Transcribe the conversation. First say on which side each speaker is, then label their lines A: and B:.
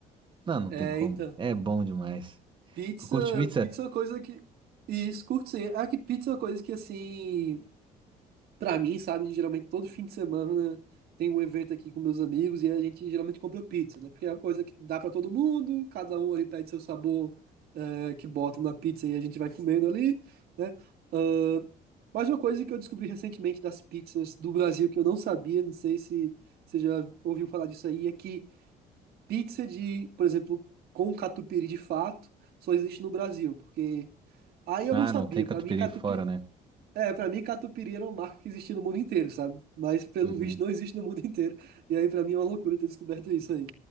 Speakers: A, on the right; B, on the right.
A: não, não
B: É,
A: tem como.
B: então,
A: É bom demais.
B: pizza,
A: Tu curte pizza?
B: pizza é uma coisa que. Isso, curto sim. É que pizza é uma coisa que, assim. Pra mim, sabe, geralmente todo fim de semana tem um evento aqui com meus amigos e a gente geralmente compra pizza, né? Porque é uma coisa que dá pra todo mundo, cada um ali pede seu sabor eh, que bota na pizza e a gente vai comendo ali, né? Ahn, mas uma coisa que eu descobri recentemente das pizzas do Brasil que eu não sabia, não sei se você já ouviu falar disso aí, é que pizza de, por exemplo, com catupiry de fato, só existe no Brasil, porque aí eu
A: Ah,
B: não sabia.
A: não tem catupiry
B: Pra mim, catupiry
A: fora, né?
B: é, pra mim, catupiry era uma marca que existia no mundo inteiro, sabe? Mas, pelo
A: Uhum.
B: visto, não existe no mundo inteiro. E aí, pra mim, é uma loucura ter descoberto isso aí.